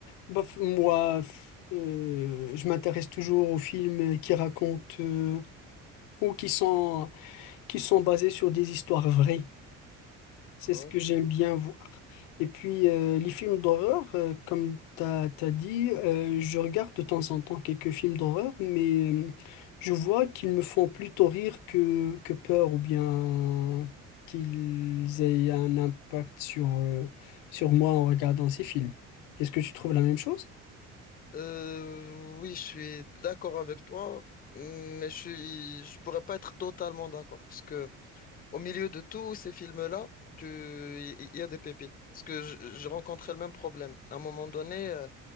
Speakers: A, on the left (about 90°); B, on the left (about 30°).
A: Bah, f- moi, f- euh, je m'intéresse toujours aux films qui racontent euh, ou qui sont, qui sont basés sur des histoires vraies.
B: D'accord.
A: C'est ce que j'aime bien voir. Et puis, euh, les films d'horreur, euh, comme tu as, dit, euh, je regarde de temps en temps quelques films d'horreur, mais euh, je vois qu'ils me font plutôt rire que, que peur, ou bien qu'ils aient un impact sur, euh, sur moi en regardant ces films. Est-ce que tu trouves la même chose?
B: Euh, oui, je suis d'accord avec toi, mais je suis, je pourrais pas être totalement d'accord parce que au milieu de tous ces films-là, tu- il y a des pépites. Parce que je- j'ai rencontré le même problème. À un moment donné, euh,